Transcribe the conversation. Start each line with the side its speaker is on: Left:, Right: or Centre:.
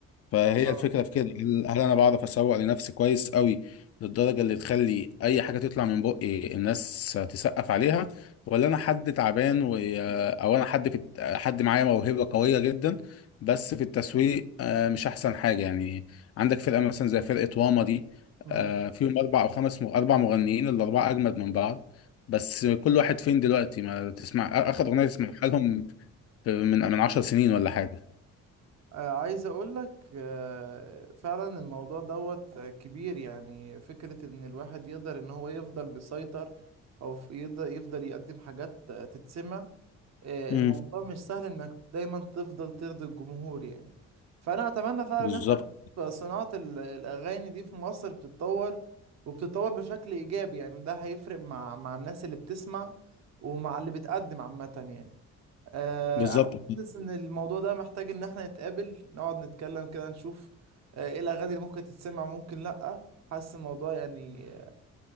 Left: فهي
Right: اه
Left: الفكرة في كده هل هل انا بعرف اسوق لنفسي كويس قوي للدرجة اللي تخلي اي حاجة تطلع من بقي الناس تسقف عليها ولا انا حد تعبان و... او انا حد في الت- حد معايا موهبة قوية جدا بس في التسويق آه، مش احسن حاجة يعني عندك فرقة مثلا زي فرقة واما دي
Right: مم.
Left: آه، فيهم اربع او خمس م... اربع مغنيين الاربعة اجمد من بعض بس كل واحد فين دلوقتي ما تسمع اخر اغنية تسمعها لهم من من 10 سنين ولا حاجة
Right: آه، عايز اقول لك آه، فعلا الموضوع دوت آه، كبير يعني فكرة ان الواحد يقدر ان هو يفضل مسيطر او ف- يقدر يفضل يقدم حاجات آه، تتسمع آه،
Left: امم
Right: الموضوع مش سهل انك دايما تفضل ترضي الجمهور يعني فانا اتمنى فعلا
Left: بالظبط
Right: ان احنا نشوف صناعة ال- الاغاني دي في مصر بتتطور وبتتطور بشكل ايجابي يعني ده هيفرق مع مع الناس اللي بتسمع ومع اللي بتقدم عامة يعني آه،
Left: بالظبط
Right: انا حاسس ان الموضوع ده محتاج ان احنا نتقابل نقعد نتكلم كده نشوف آه، ايه الاغاني اللي ممكن تتسمع وممكن لا حاسس الموضوع يعني آه،